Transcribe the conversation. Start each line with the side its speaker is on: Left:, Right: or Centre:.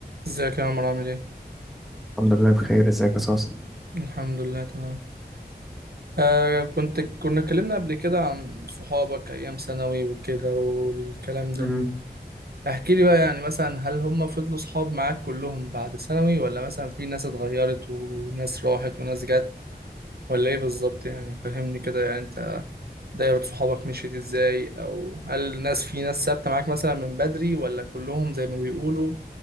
Right: ازيك يا عمرو عامل ايه؟
Centre: الحمد لله بخير ازيك يا صاصا
Right: الحمد لله تمام آه كنت كنا اتكلمنا قبل كده عن صحابك ايام ثانوي وكده والكلام ده
Centre: مم.
Right: احكي لي بقى يعني مثلا هل هم فضلوا صحاب معاك كلهم بعد ثانوي ولا مثلا في ناس اتغيرت وناس راحت وناس جت ولا ايه بالظبط يعني فهمني كده يعني انت دايرة صحابك مشيت ازاي او هل ناس في ناس ثابتة معاك مثلا من بدري ولا كلهم زي ما بيقولوا